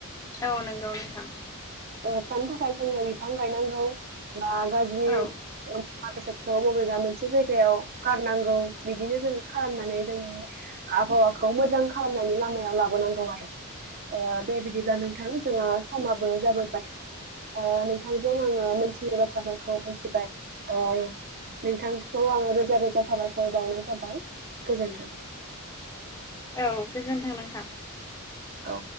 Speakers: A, on the left (about 15°); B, on the right (about 40°).
A: औ नंगौ नोंथां।
B: ओ होबथानो थाखाय जोंनो बिफां गायनांगौ बा गाज्रि।
A: औ
B: मुवा बेसादखौ बबेबा मोनसे जायगायाव गारनांगौ बिदिनो जों खालामनानै जोंनि। आबहावाखौ मोजां खालामनायनि लामायाव लाबोनांगौ आरो ओ दे बिदिब्ला नों। नोंथां जोङो समाबो जाबोबाय ओ नोंथांजों आङो मोन। थ बाथ्राफोरखौ मिथिबाय ओ। नोंथांखौ आङो रोजा रोजा साबायखर बावनाय जाबाय गोजोन्थों।
A: औ गोजोन थों नोंथां।
B: औ।